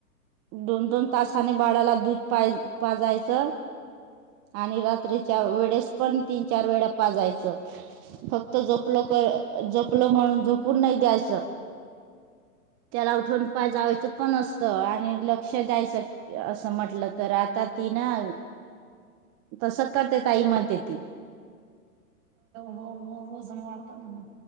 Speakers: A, on the right; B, on the right.
A: दोन दोन तासाने बाळाला दूध पा पाजयचं आणि रात्रीच्या वेळेस पण तीन चार वेळा पाजायचं फक्त जोप लोकर जपलं म्हणून झपून नाही द्यायचं त्याला उठून पाजावायचं पण असत आणि लक्ष द्यायचं असं म्हटलं तर आता ती ना तस करते तई म्हणते ती
B: हो वजन वाढत ना